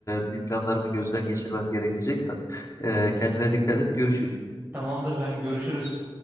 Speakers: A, on the left; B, on the right.
A: e, bir planlarımı gözden geçirmem gerekecek. de. Ee, kendine dikkat et. Görüşürüz.
B: Tamamdır kanka görüşürüz.